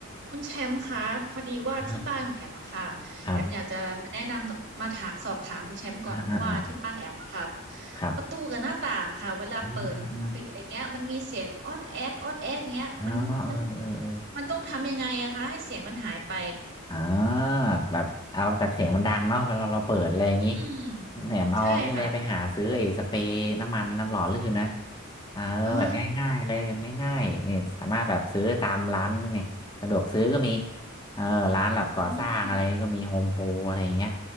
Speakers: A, on the right; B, on the left.
A: คุณแชมป์คะพอดีว่าที่บ้านของแอมอะค่ะแอมอยากจะมาแนะนำมาถาสอบถามคุณแชมป์ก่อนเพราะว่าที่บ้านแอมอะค่ะ
B: ครับ ครับ อ่าอ่าอ่าครับ
A: ประตูกับหน้าต่างค่ะเวลาเปิดปิดอะไรเงี้ยมันมีเสียงออดแอดออดแอดเงี้ยมันมัน
B: อ่าอ่าอ่าอ๋อเออเออเออ
A: มันต้องทำยังไงอะคะให้เสียงมันหายไป
B: อ่าแบบเอาแบบเสียงมันดังเนาะเวลาเราเปิดอะไรอย่างงี้
A: อืม
B: แหนมเอานี่เลยไปหาซื้อไอ้สเปรย์น้ำมันน้ำหล่อลื่นนะ
A: ใช่ค่ะ
B: เออแบบง่ายๆเลยแบบง่ายๆนี่สามารถแบบซื้อตามร้านเนี่ยสะดวกซื้อก็มี
A: อ๋อ
B: เออร้านแบบก่อสร้างอะไรก็มีโฮมโปรอะไรอย่างเงี้ย
A: อืม